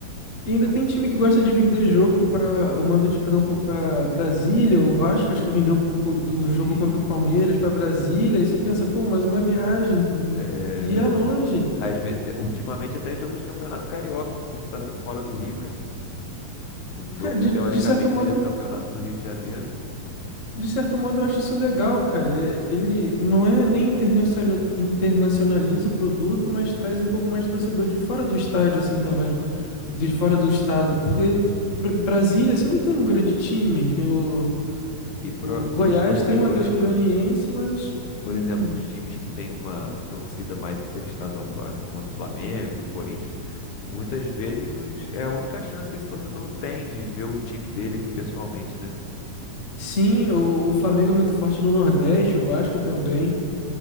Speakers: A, on the left; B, on the left.
A: E ainda
B: Então,
A: tem um time que gosta de vender jogo para o mando de campo para Brasília, o Vasco acho que vendeu pro- pro-
B: sim,
A: o jogo contra o Palmeiras para Brasília, e você pensa, pô, mais uma viagem e,
B: é verdade.
A: e é longe.
B: Às ve- te- Ultimamente, até jogo de campeonato carioca fo- tá sendo fora do Rio, cara. Um jogo
A: Ca- De,
B: que teoricamente
A: de de certo modo,
B: seria do campeonato do Rio de Janeiro.
A: de certo modo eu acho isso legal, cara. É, Ele não é nem internacionali- internacionaliza o produto, mas traz um pouco mais de torcedor de fora do estádio
B: Sim,
A: assim também,
B: sim.
A: de fora do estado, porque Br- Brasília assim não tem um grande time. Eu
B: E para
A: O Goiás
B: os torcedores
A: tem o Atlético Goianiense, mas
B: Por
A: hum,
B: exemplo, os times que têm uma torcida mais interestadual, pa- como a do Flamengo, do Corinthians, muitas vezes os- é a única chance que esse torcedor tem de ver o time dele pessoalmente, né?
A: sim, o, o Flamengo é muito forte no Nordeste, o Vasco também.